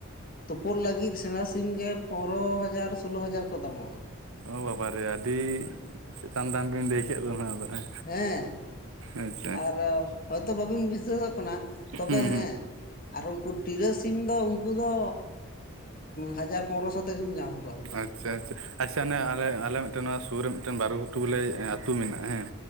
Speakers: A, on the left (about 40°); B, on the right (about 75°).
A: ᱛᱩᱯᱩᱫ ᱞᱟᱹᱜᱤᱫ ᱥᱮᱲᱟ ᱥᱤᱢ ᱜᱮ ᱯᱚᱱᱨᱳ ᱦᱟᱡᱟᱨ ᱥᱳᱞᱳ ᱦᱟᱡᱟᱨ ᱠᱚ ᱫᱟᱢᱚᱜᱼᱟ
B: ᱚ ᱵᱟᱵᱟᱨᱮ ᱟᱹᱰᱤ ᱪᱮᱛᱟᱱ ᱫᱟᱱ ᱵᱤᱱ ᱞᱟᱹᱭ ᱠᱮᱫ ᱫᱚ ᱚᱱᱟ ᱟᱫᱚ ᱦᱮᱸ
A: ᱦᱮᱸ
B: ᱟᱪᱪᱷᱟ
A: ᱟᱨ ᱦᱚᱭᱛᱚ ᱵᱟᱵᱤᱱ ᱵᱤᱥᱟᱹᱥᱚᱜ ᱠᱟᱱᱟ ᱛᱚᱵᱮ
B: ᱦᱩᱸ
A: ᱦᱮᱸ
B: ᱦᱩᱸ
A: ᱟᱨ ᱩᱱᱠᱩ ᱴᱤᱨᱟᱹ ᱥᱤᱢ ᱫᱚ ᱩᱱᱠᱩ ᱫᱚ ᱦᱟᱡᱟᱨ ᱯᱚᱱᱨᱚᱥᱚ ᱛᱮᱜᱮᱢ ᱧᱟᱢ ᱠᱚᱣᱟ᱾
B: ᱟᱪ ᱟᱪᱪᱷᱟ ᱚᱱᱮ ᱟᱞᱮ ᱟᱞᱮ ᱢᱤᱫᱴᱮᱱ ᱱᱚᱣᱟ ᱥᱩᱨ ᱨᱮ ᱢᱤᱫᱴᱮᱱ ᱵᱟᱨᱩ ᱜᱷᱩᱴᱩ ᱵᱚᱞᱮ ᱟᱹᱛᱩ ᱢᱮᱱᱟᱜᱼᱟ ᱦᱮᱸ